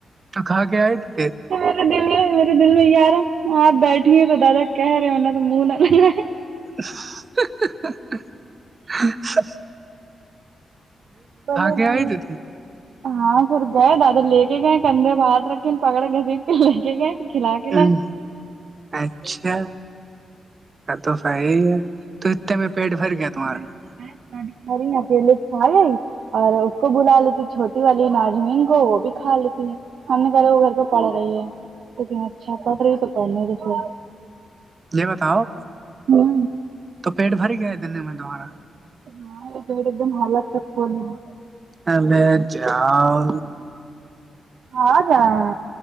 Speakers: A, on the right; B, on the right.
A: تو کھا کے آئے تھے
B: میرے دل میں میرے دل میں یہ آرہا آپ بیٹھی ہیں تو دادا کہہ رہے ہو نہ تو منہ نہ لگے
A: ہی۔ ہی۔ ہی۔ ہی
B: بولے
A: کے
B: نہیں
A: آئے تھے تم
B: ہاں پھر گئے دادا لے کے گئے کندھے پے ہاتھ رکھے پکڑے گھسٹ کے لے کے گئے پھر کھلا کے
A: ہوں
B: لائے
A: اچھا ا توفائی ہے تو اتنے میں پیٹ بھر گیا تمہارا
B: کہہ
A: ہ
B: رہی اکیلے کھالے اور اس کو بلا لیتی چھوٹی والی ناجمین کو وہ بھی کھا لیتی ہے ہم نے کہ رہے وہ گھر پے پڑھ رہی ہے لیکن اچھا پڑھ رہی تو پڑھنے دو پھر
A: یہ بتاؤ
B: ہمم
A: تو پیٹ بھر گیا ہے دلی میں تمہارا
B: <unintelligible>
A: ابے جاؤ
B: ہاں جان